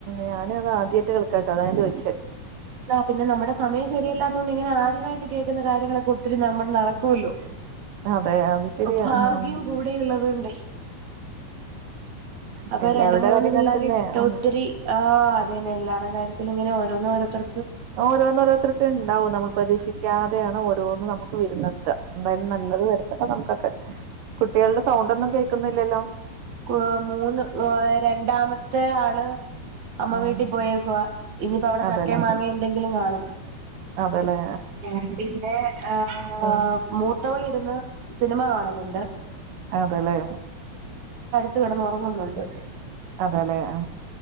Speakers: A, on the right; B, on the right.
A: ഞാന അത് ആദ്യയിട്ട് കെൾക്കാട്ടോ അതാ ചോദിച്ച
B: ആ പിന്നെ നമ്മടെ സമയം ശരിയല്ലാതൊണ്ട് ഇങ്ങനെ ആദ്യവായിട്ട് കേൾക്കുന്ന കാര്യങ്ങളൊക്കെ ഒ ത്തിരി നമ്മൾ നടക്കുല്ലോ
A: അതെ അത് ശരിയാ
B: ഭാഗ്യം
A: ഉം.
B: കൂടെയുള്ളത്കൊണ്ടേ അപ്പൊ
A: എല്ലാവരുടെ
B: രണ്ട് മൂന്ന്
A: കാര്യം
B: പിള്ളേർ
A: അങ്ങനെ തന്നെ
B: ഇട്ടിട്ട്
A: ഉം
B: ഒത്തിരി ആ അതന്നെ എല്ലാർടെയും കാര്യത്തിൽ ഇങ്ങനെ ഓരോന്നും ഓരോത്തർ
A: ഓരോന്ന് ഓരോത്തർക്ക്ണ്ടാവും നമ്മൾ പ്രതീക്ഷിക്കാതെയാണ് ഓ രോന്ന് നമുക്ക് വരുന്നത് ത് എന്തായാലും നല്ലത് വരുത്തട്ടെ നമുക്കൊക്കെ കുട്ടികളുടെ സൗണ്ടൊന്നും കേക്കുന്നില്ലല്ലോ
B: ക്കു മൂന്ന് ഏ രണ്ടാമത്തെ ആള് അമ്മ
A: ഉം
B: വീട്ടിൽ പോയേക്കുവാ ഇനിയിപ്പ അവിടെ
A: അതെല്ലേ
B: ചക്കേം മാങ്ങേം എന്തെങ്കിലും കാണും
A: അതെല്ലേ
B: ഇവിടെയിണ്ട് ആ
A: ഉം
B: മൂത്തവളിരുന്ന് സിനിമ കാണുന്നുണ്ട്
A: അതെല്ലേ
B: ത്ത്കിടന്നുറങ്ങുന്നുണ്ട്
A: അതെല്ലെ ആ